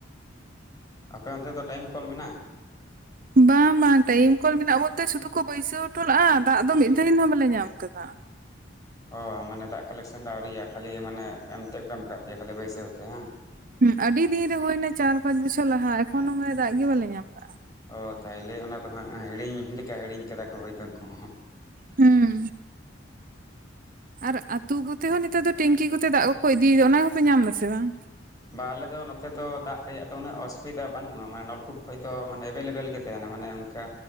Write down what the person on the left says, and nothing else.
ᱟᱯᱮ ᱚᱱᱛᱮ ᱫᱚ ᱴᱟᱭᱤᱢ ᱠᱚᱞ ᱢᱮᱱᱟᱜᱼᱟ?
ᱚ ᱢᱟᱱᱮ ᱫᱟᱜ ᱠᱟᱞᱮᱠᱥᱮᱱ ᱫᱚ ᱟᱹᱣᱨᱤᱜᱼᱟ ᱠᱷᱟᱹᱞᱤ ᱢᱟᱱᱮ ᱮᱢ ᱛᱮᱫ ᱠᱚ ᱮᱢ ᱟᱠᱟᱫ ᱯᱮᱭᱟ ᱠᱷᱟᱹᱞᱤ ᱵᱟᱹᱭᱥᱟᱹᱣ ᱛᱮ ᱦᱮᱸ᱾
ᱚ ᱛᱟᱦᱚᱞᱮ ᱚᱱᱟ ᱫᱚ ᱦᱟᱸᱜ ᱦᱤᱲᱤᱧ ᱞᱮᱠᱟ ᱦᱤᱲᱤᱧ ᱠᱟᱫᱟ ᱠᱚ ᱦᱳᱭᱛᱳ ᱩᱱᱠᱩ ᱦᱚᱸ᱾
ᱵᱟ ᱟᱞᱮ ᱫᱚ ᱱᱚᱛᱮ ᱫᱚ ᱫᱟᱜ ᱨᱮᱭᱟᱜ ᱫᱚ ᱩᱱᱟᱹᱜ ᱚᱥᱩᱵᱤᱫᱟ ᱵᱟᱹᱱᱩᱜᱼᱟ ᱢᱟᱱᱮ ᱱᱚᱞᱠᱩᱯ ᱠᱷᱚᱱ ᱫᱚ ᱢᱟᱱᱮ ᱮᱵᱮᱞᱮᱵᱮᱞ ᱜᱮ ᱛᱟᱦᱮᱱᱟ ᱢᱟᱱᱮ ᱚᱱᱠᱟ